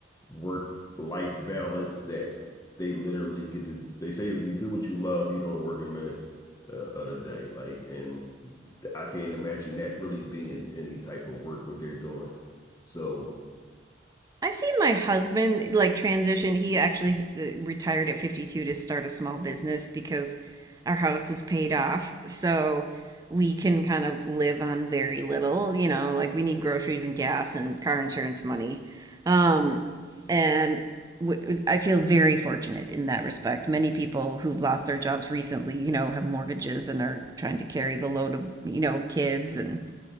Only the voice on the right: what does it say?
I've seen my husband like transition. He actually uh, retired at 52 to start a small business because our house was paid off. So we can kind of live on very little, you know, like we need groceries and gas and car insurance money. Um, and w- I feel very fortunate in that respect. Many people who've lost their jobs recently, you know, have mortgages and are trying to carry the load of, you know, kids and